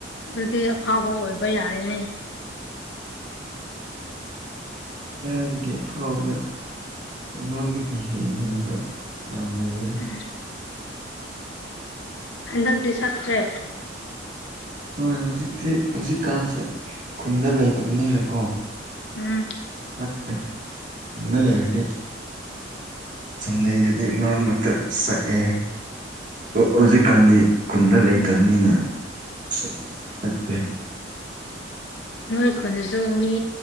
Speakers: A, on the left; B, on the right.
A: ꯑꯗꯨꯗꯤ ꯑꯐꯥꯎꯕ ꯑꯣꯏꯕ ꯌꯥꯔꯦꯅꯦ
B: ꯀꯥꯏꯗꯒꯤ ꯐꯥꯎꯕꯅꯣꯗ ꯑꯩꯉꯣꯟꯗꯒꯤ ꯍꯦꯟ ꯍꯦꯟꯕ ꯌꯥꯝ ꯂꯩꯌꯦꯗ
A: ꯎꯝ ꯍꯟꯗꯛꯇꯤ ꯁꯛꯇ꯭ꯔꯦ
B: ꯍꯣꯏ ꯍꯧꯖꯤꯛꯇꯤ ꯍꯧꯖꯤꯛꯀꯥꯟꯁꯦ ꯈꯨꯟꯗ ꯂꯩꯇꯕꯅꯤꯅꯀꯣ
A: ꯎꯝ
B: ꯁꯛꯇ꯭ꯔꯦ ꯌꯨꯝꯗ ꯂꯩꯔꯗꯤ ꯁꯟꯗ‌ꯦꯗꯗꯤ ꯃꯔꯛ ꯃꯔꯛꯇ ꯁꯛꯑꯦ ꯍꯧꯖꯤꯛꯀꯥꯟꯗꯤ ꯈꯨꯟꯗ ꯂꯩꯇꯕꯅꯤꯅ ꯁꯛꯇꯔ‌ꯦ
A: ꯅꯣꯏ ꯈꯨꯟꯗꯁꯨ ꯃꯤ